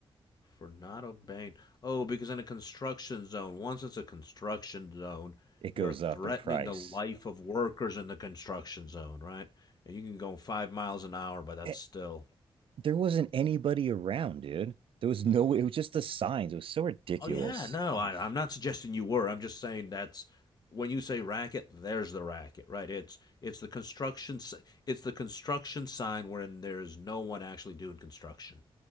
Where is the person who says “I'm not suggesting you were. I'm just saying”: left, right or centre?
Left